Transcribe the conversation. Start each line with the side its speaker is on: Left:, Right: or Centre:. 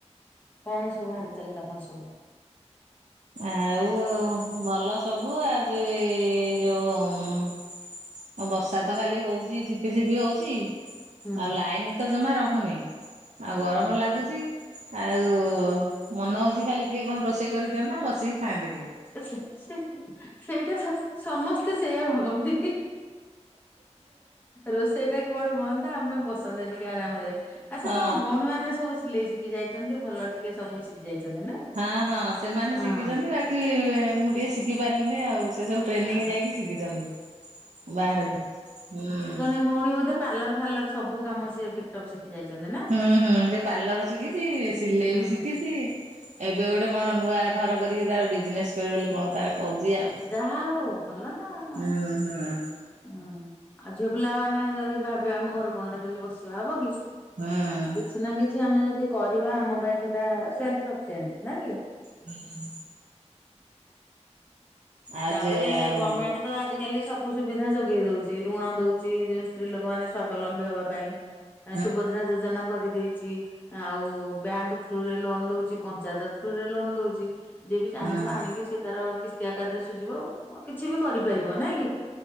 Left: କଣ ସବୁ ହାଲ ଚାଲ ତମର ସବୁ?
Right: ଆଉ ଭଲ ସବୁ ଆଜି ଯୋଉ ଅ ବର୍ଷା ତ ଖାଲି ହଉଚି ଝିପି ଝିପି ହଉଚି। ଆଉ
Left: ହୁଁ
Right: ଲାଇନ୍ ତ ଜମା ରହୁନି, ଆଉ
Left: ଆ
Right: ଗରମ ଲାଗୁଚି। ଆଉ ମନ ହଉଚି ଖାଲି କିଏ କଣ ରୋଷେଇ କରି ଦିଅନ୍ତା ମୁଁ ବସିକି ଖାଆନ୍ତି ଟିକେ।
Left: <unintelligible> ସେଇଟା ସମସ୍ତେ ସେଇଆ ଭାବନ୍ତି। ରୋଷେଇ ଟା କୁଆଡୁ ହୁଅନ୍ତା ଆମେ ବସନ୍ତୁ ଟିକେ ଆରାମ ରେ ଆଚ୍ଛା
Right: ହଁ
Left: ତମ ଭଉଣୀ ମାନେ ସବୁ ସି ସିଲେଇ ଶିଖି ଯାଇଚନ୍ତି ଭଲ ଟିକେ ସବୁ ଶିଖି ଯାଇଚନ୍ତି ନା?
Right: ହଁ ହଁ ସେମାନେ
Left: ହଁ।
Right: ଶିଖିଚନ୍ତି ବାକି ମୁଁ ଟିକେ ଶିଖି ପାରିଲିନି ଆଉ ସେ ସବୁ। ଟ୍ରେନିଂ
Left: ଆ
Right: ଯାଇକି ଶିଖିଚନ୍ତି ବାହାରକୁ ହୁଁ।
Left: ତମ ଭଉଣୀ ବୋଧେ ପାର୍ଲର ଫାର୍ଲର ସବୁ କାମ <unintelligible> ସବୁ ଶିଖି ଯାଇଚନ୍ତି ନା?
Right: ହୁଁ ହୁଁ ସେ ପାର୍ଲର ଶିଖିଚି ସିଲେଇ
Left: ହୁଁ
Right: ବି ଶିଖିଚି। ଏବେ ଗୋଟେ କଣ ନୂଆ ଘର କରିକି ତାର ବିଜନେସ୍ କରିବ ବୋଲି କଣ ତାର କହୁଚି ଆଉ
Left: ଯାହା ହଉ ଭଲ ନା।
Right: ହୁଁ ହୁଁ।
Left: ହୁଁ ଆଉ ଝିଅ ପିଲାମାନେ ଯଦି ଭାବିବେ ଆମ ଘର କଣରେ ଖାଲି ବସିବା ହବ କି?
Right: ହୁଁ
Left: କିଛି ନା କିଛି ଆମେ ଯଦି କରିବା ଆମ ପାଇଁ ସେଟା ସେଲ୍ଫଇଫିସିଏଣ୍ଟ ନା କି?
Right: ହୁଁ। ଆଉ
Left: ତାପରେ
Right: ଯେ ଆଉ
Left: ଗର୍ମେଣ୍ଟ ତ ଆଜିକାଲି ସବୁ ସୁବିଧା ଯୋଗେଇ ଦଉଚି ଋଣ ଦଉଚି ଯୋଉ ସ୍ତ୍ରୀ ଲୋକ ମାନେ ସ୍ଵାବଲମ୍ବୀ ହବା ପାଇଁ।
Right: ହଁ <inaudible>
Left: ଆ ସୁଭଦ୍ରା ଯୋଜନା କରିଦେଇଚି। ଆଉ ବ୍ୟାଙ୍କ ଥ୍ରୁରେ ଲୋନ୍ ଦଉଚି ପଞ୍ଚାୟତ ଥ୍ରୁରେ ଲୋନ୍ ଦଉଚି। ଯିଏ ବି ଯାହିଁବ
Right: ହୁଁ।
Left: ଆଣିକି ସିଏ ତାର କିସ୍ତି ଆକାରରେ ସୁଝିବ ଆଉ କିଛି ବି କରିପାରିବ ନାଇଁ କି